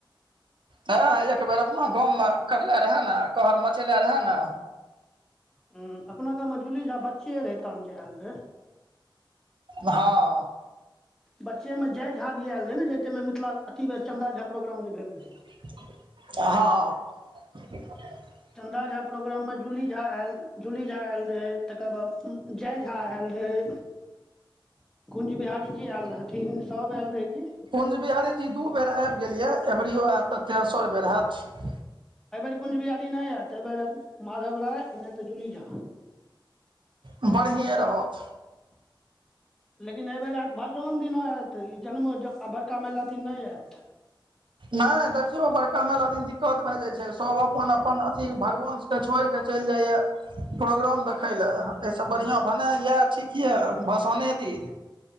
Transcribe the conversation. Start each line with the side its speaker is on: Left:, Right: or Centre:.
Right: हँ एक बेर अपना गाँवमे करले रहए ने कहर मचेले रहए ने
Centre: हूंम्म अपना गाँवमे जूली झा बच्चे रहै तहन जे आयल रहे
Right: हँ
Centre: बच्चे मे जय झा भी आयल रहे ने जे मे मिथिला अति चंन्दा झा प्रोग्राम जे भेल रहे
Right: हँ
Centre: चन्दा झा प्रोग्राममे जूली झा आयल जूली झा आयल रहै तकर बाद जय झा आयल रहै कुञज बिहारी जी आयल रहथिन सब आयल रहै की
Right: कुंज बिहारी जी दू बेर आबि गेल येऽ अबरियो आयत तऽ तेसर बेर होयत
Centre: एहिबेर कुंज बिहारी नहि आयत एहि बेर आयत माधव राय नहि तऽ जूली झा
Right: बढ़िऐं रहत
Centre: लेकिन एहिबेर आयत भसोन दिन आयत ई जन्म आ बड़का मेला दिन नहि आयत
Right: नहि देखियौ बड़का मेला दिन दिक्कत भए जाइ छै सब अपन अपन अथी भगवान के छोड़ कऽ चलि जाइये प्रोग्राम देखय लए एसँ बढ़िया भेनाइ याए ठीक येह ठीके भसोने दिन